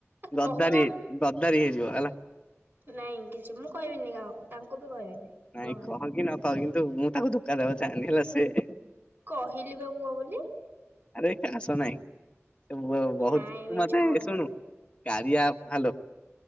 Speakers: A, on the right; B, on the left.
A: କହୁନ
B: ଗଦାରି ହେଇ, ଗଦାରି ହେଇଯିବ ହେଲା।
A: ନାଇଁ କିଛି ମୁଁ, କହିବିନି କାହାକୁ ତାଙ୍କୁ ବି କହିବିନି।
B: ନାଇଁ
A: କୁହ ମତେ
B: କହ କି ନ କହ, କିନ୍ତୁ ମୁଁ ତାକୁ ଧୋକା ଦେବାକୁ ଚାହେଁନି ହେଲା ସେ
A: କହିଲି ବା କୁହ ବୋଲି।
B: ଆରେ କାହା ସହ ନାଇଁ, ସେ ବହୁତ
A: ନାଇଁ
B: ତୁ
A: ମିଛ
B: ମତେ
A: କହୁଛ
B: ଶୁଣୁ
A: ମତେ।
B: କାରିଆ ଆପ ହ୍ୟାଲୋ,